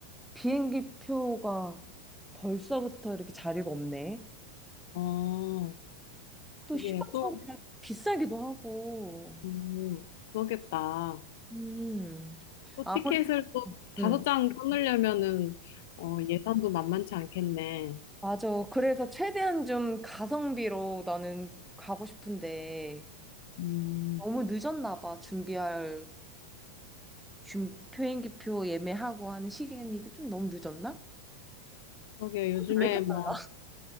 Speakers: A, in the centre; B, on the left.
A: 비행기 표가 벌써부터 이렇게 자리가 없네.
B: 어, 그게
A: 또 휴가철이라
B: 또,
A: 비싸기도 하고.
B: 음, 그러겠다.
A: 음.
B: 또
A: 아무래도
B: 티켓을 또 다섯
A: 음.
B: 장 끊으려면은 어, 예산도 만만치 않겠네.
A: 맞아. 그래서 최대한 좀 가성비로 나는 가고 싶은데
B: 음,
A: 너무 늦었나 봐. 준비할 준 비행기표 예매하고 하는 시간이 좀 너무 늦었나?
B: 그러게 요즘에
A: 왜 이렇게
B: 뭐,
A: 빨라?